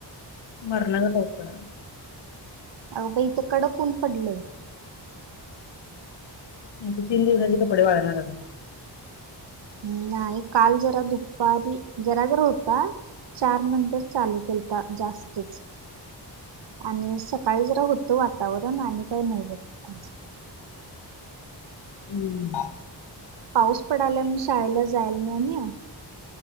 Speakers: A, on the left; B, on the right.
A: मरण चा पाऊस पडला.
B: होऊ काय इथ कडक ऊन पडल.
A: तीन दिवसाचे कपडे वाळणार.
B: ह् नाही काल जरा दुपारी जरा जरा होता. चार नंतर चालू केलता जास्तीत आणि सकाळी जरा होतो वातावरण आणि काही नाही भट.
A: हम्म.
B: पाऊस पडाला म्हण शाळेला जायला नाही.